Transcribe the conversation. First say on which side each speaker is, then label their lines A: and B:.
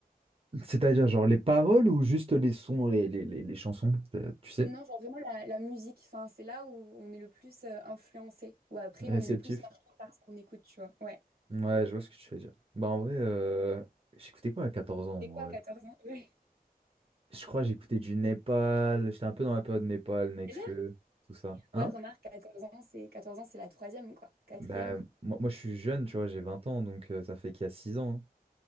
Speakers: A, on the right; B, on the right.
A: C'est-à-dire, genre, les paroles ou juste les sons, les, les, les, les chansons, euh, tu sais?
B: Non, genre vraiment la, la musique, enfin, c'est là où on est le plus euh, influencé, ou après
A: Réceptif.
B: on est le plus marqué par ce qu'on écoute, tu vois. Ouais.
A: Ouais, je vois ce que tu veux dire. Bah, en vrai, euh, j'écoutais quoi à 14 ans,
B: C'était
A: moi,
B: quoi,
A: en vrai
B: à quatorze ans? Ouais.
A: Je crois que j'écoutais du Népal. J'étais un peu dans la période Népal, Nekfeu,
B: Déjà?
A: tout ça. Hein?
B: Ouais, remarque, quatorze ans, c'est 14 ans, c'est la troisième, quoi. Quatrième.
A: Bah, moi, moi, je suis jeune, tu vois, j'ai 20 ans, donc euh, ça fait qu'il y a six ans. hein.